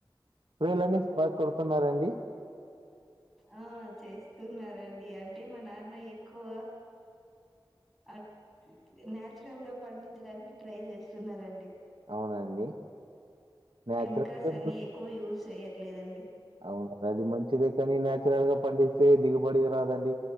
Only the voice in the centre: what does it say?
ఆ చేస్తున్నారంండి అంటే మా నాన్న ఎక్కువ ఆ న్యాచురల్ గా పండించడానికి ట్రై చేస్తున్నారంండి
కెమికల్స్ అన్ని ఎక్కువ యూజ్ చేయట్లేదండి